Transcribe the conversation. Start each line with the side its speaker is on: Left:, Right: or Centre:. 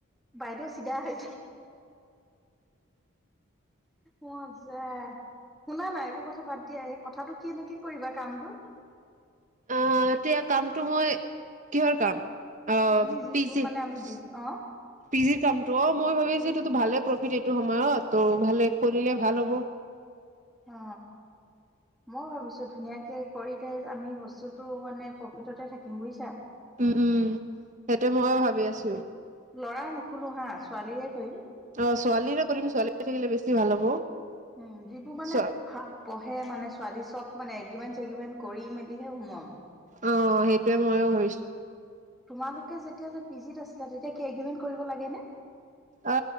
Centre: বাইদেউ, চিধা হৈ মজা শুনা না, এইবোৰ কথা বাদ দিয়া। এই কথাটো কেনেকে কৰিবা, কামটো?
Right: অ, এতিয়া কামটো মই কিহৰ কাম? অ,
Centre: তুমি যিটো
Right: পিজি,
Centre: মানে আমি
Right: পিজিৰ
Centre: অ
Right: কামটো অ, মই ভাবিছো,
Centre: কি
Right: এইটোতো ভালে এইটো সময়ত, ত' ভালে কৰিলে, ভালে হ'ব।
Centre: অ। মইও ভাবিছো, ধুনীয়াকে কৰি, <unintelligible> আমি বস্তুটো মানে, প্ৰফিটতে থাকিম, বুইছা।
Right: উম, উম, সেইটো মইও ভাবি আছো।
Centre: ল'ৰাৰ নোখোলো, হাঁ, ছোৱালীয়ে কৰিম।
Right: অ, ছোৱালীৰে কৰিম। ছোৱালী থাকিলে, বেছি ভাল হ'ব।
Centre: উম, যিবোৰ মানে
Right: চোৱা
Centre: ভাল পহে, মানে, ছোৱালী চব, মানে, এগ্ৰিমেণ্ট-চেগিমেণ্ট কৰি, মেলিহে সোমোৱাম।
Right: অ, সেইটোয়েই মইও ভাবিছো।
Centre: তোমালোকে, যেতিয়া যে পিজিত আছিলা, তেতিয়া কি এগ্ৰিমেণ্ট কৰিব লাগে নে?
Right: অ,